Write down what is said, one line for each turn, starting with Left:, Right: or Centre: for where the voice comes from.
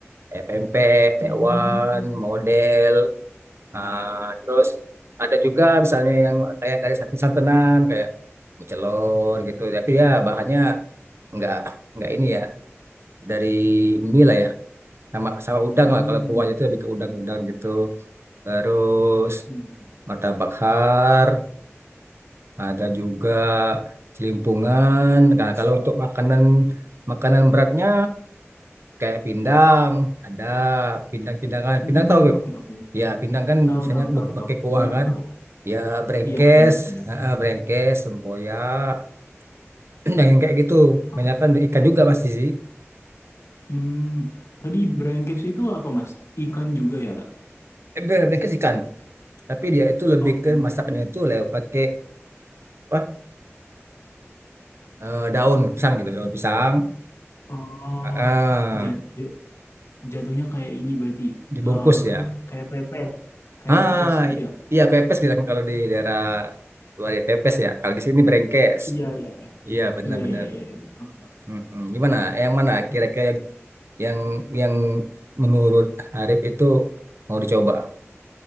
Right: kayak pempek, tewan,
Left: Hmm,
Right: model. Nah, terus ada juga misalnya yang kayak dari santan-santanan kayak mie celor gitu. Tapi ya bahannya nggak nggak ini ya dari mie lah ya sama sama udang
Left: hmm,
Right: lah kalau kuahnya itu lebih ke udang-udang gitu. Terus
Left: hmm,
Right: martabak har, ada juga celimpungan. Nah, kalau untuk makanan makanan beratnya kayak pindang ada pindang pindangan
Left: hmm,
Right: pindang tau gak
Left: oke oke.
Right: ya pindang kan
Left: Tahu
Right: misalnya
Left: tahu tahu
Right: pakai
Left: tahu.
Right: kuah
Left: Pindang
Right: kan
Left: tahu.
Right: ya brengkes
Left: Iya benar benar.
Right: heeh, brengkes sempoyak <clears throat> yang yang kayak gitu
Left: Oke.
Right: banyak kan ikan juga masih sih
Left: Hmm, tadi brengkes itu apa Mas? Ikan juga ya?
Right: eh, bre- brengkes ikan tapi dia itu lebih
Left: Oke.
Right: ke masaknya itu lewat pakai apa eh, daun pisang gitu daun pisang
Left: Oh,
Right: heeh,
Left: jad- ja- jatuhnya kayak ini berarti
Right: dibungkus
Left: eh, apa
Right: ya
Left: namanya? Kayak pepes, kayak
Right: ah
Left: pepes gitu
Right: i-
Left: ya?
Right: iya pepes bilang kalau di daerah luar ya pepes ya kalau di sini brengkes
Left: Iya iya iya.
Right: iya benar-benar
Left: Iya iya iya. iya. Oke
Right: Mm-mm. Gimana? Yang mana
Left: oke.
Right: kira-kira yang yang yang menurut Arif itu mau dicoba?